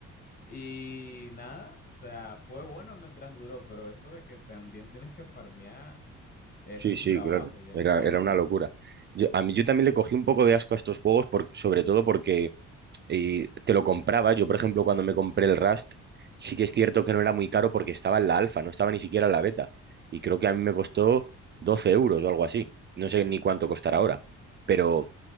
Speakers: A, on the left; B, on the right.
A: Y nada, o sea, fue bueno mientras duró, pero eso de que también tienes que farmear es
B: Sí,
A: un
B: sí,
A: trabajo
B: claro.
A: ya.
B: Era,
A: No,
B: era
A: no.
B: una locura. Yo, a mí yo también le cogí un poco de asco a estos juegos, por- sobre todo porque eh, te lo compraba. Yo, por ejemplo, cuando me compré el Rust, sí que es cierto que no era muy caro porque estaba en la alfa, no estaba ni siquiera en la beta. Y creo que a mí me costó 12 euros o algo así. No sé ni cuánto costará ahora. Pero